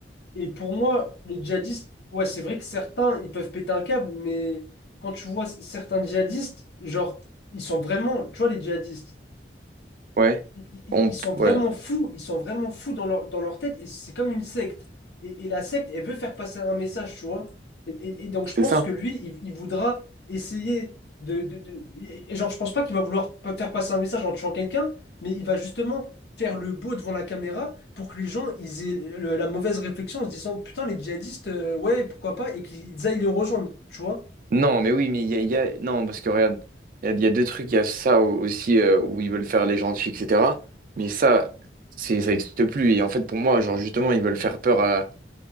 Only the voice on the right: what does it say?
Ouais.
On...
Ouais.
C'est
ça.
Non, mais oui, mais il y a, il y a- Non, parce que regarde, il y a, il y a deux trucs. Il y a ça au- aussi euh, où ils veulent faire les gentils, etc. Mais ça, c'est, ça n'existe plus. Et en fait, pour moi, genre, justement, ils veulent faire peur